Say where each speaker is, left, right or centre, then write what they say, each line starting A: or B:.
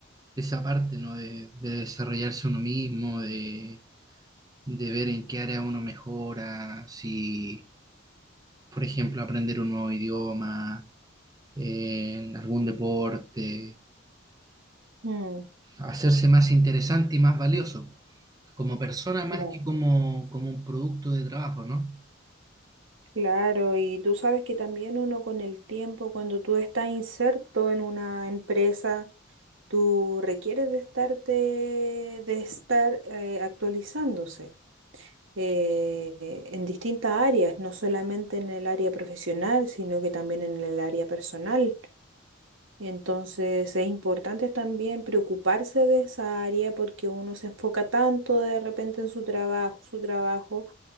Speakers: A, on the right; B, on the right.
A: de esa parte, ¿no? De, de desarrollarse uno mismo, de, de ver en qué área uno mejora, si, por ejemplo, aprender un nuevo idioma, eh, en algún deporte,
B: Mm.
A: hacerse más interesante y más valioso, como persona más
B: claro.
A: que como, como un producto de trabajo, ¿no?
B: Claro, y tú sabes que también uno con el tiempo, cuando tú estás inserto en una empresa, tú requieres de estarte, de estar eh, actualizándose eh, eh, en distintas áreas, no solamente en el área profesional, sino que también en el área personal. Entonces es importante también preocuparse de esa área porque uno se enfoca tanto de repente en su trabajo, su trabajo